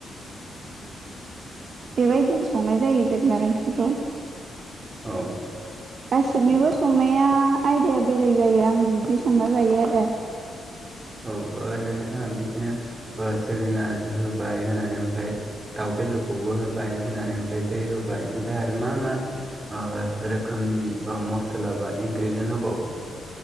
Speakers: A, on the right (about 50°); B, on the right (about 25°).
A: बेबायदिनो संनाय जायो जोगोनार ओंख्रिखौ।
B: औ।
A: गासिबनिबो संनाया आइडाया बेलेग जायो आं बिदि संना जायो आरो।
B: औ ओ नोंथाङा बिदिनो ओ जोगोनार जो होबाय होनानै ओमफ्राय दाउ बेदरखौबो होबाय होनानै ओमफ्राय दै होबाय। ओमफाय आरो मा मा ओ रोखोमनि ओ मस्ला बा <unintelligible> होबावो।